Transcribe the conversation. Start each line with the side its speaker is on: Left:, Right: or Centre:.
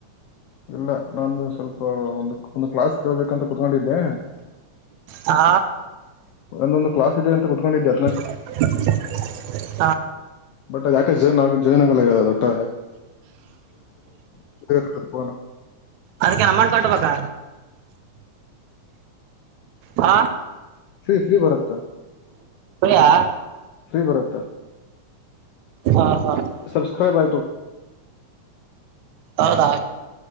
Left: ಇಲ್ಲ ನಾನು ಸ್ವಲ್ಪ ಒಂದು ಒಂದು ಕ್ಲಾಸ್ ಕೇಳ್ಬೇಕಂತ ಕುೂತ್ಕೊಂಡಿದ್ದೆ
Right: ಹಾ
Left: ಒಂದೊಂದು ಕ್ಲಾಸ್ ಇದೆ ಅಂತ ಕುೂತ್ಕೊಂಡಿದ್ಯ
Right: ಹ್ಮ
Left: ಬಟ್ ಅ ಯಾಕೆ ಜೈನ ಜೈ <unintelligible> ಯಾಕ ಹೋ
Right: ಅದಕೇನ್ ಅಮೌಂಟ್ ಕಟ್ಬೇಕಾ ಹಾ
Left: ಫ್ರೀ ಫ್ರೀ ಬರುತ್ತಾ
Right: ಾ
Left: ಫ್ರೀ ಬರುತ್ತಾ
Right: ಹಾ ಹಾ <inaudible>
Left: ಸಬ್ಸ್ಕ್ರೈಬ್ ಆಗ
Right: ಹೌದಾ